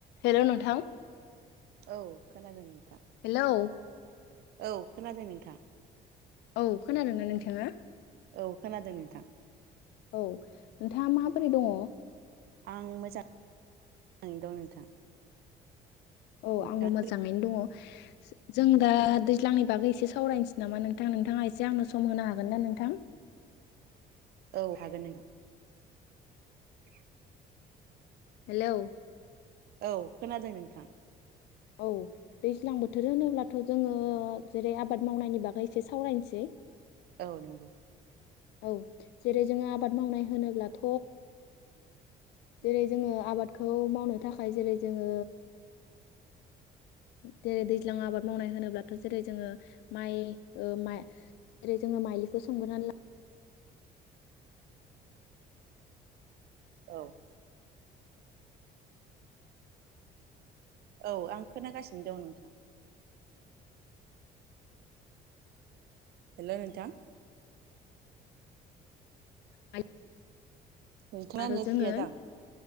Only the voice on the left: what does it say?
हेल' नोंथां
हेल'
औ खोनादोंना नोंथाङा?
औ नोंथाङा माबोरै दङ?
औ
आंबो मोजाङैनो दङ जों दा दैज्लांनि बागै एसे सावरायनोसै नामा नोंथां नोंथाङा एसे आंनो सम होनो हागोन ना नोंथां?
हेलौ
औ दैज्लां बोथोर होनोब्लाथ' जोङो जेरै आबाद मावनायनि बागै एसे सावरायनोसै
औ जेरै जोङो आबाद मावनाय होनोब्लाथ'
जेरै जोङो आबादखौ मावनो थाखाय जेरै जोङो जेरै दैज्लां आबाद मावनाय होनोब्लाथ' जेरै जोङो माइ माइ जेरै जोङो माइलिखौ सोमग्रोना ला
ला
आरो
जोङो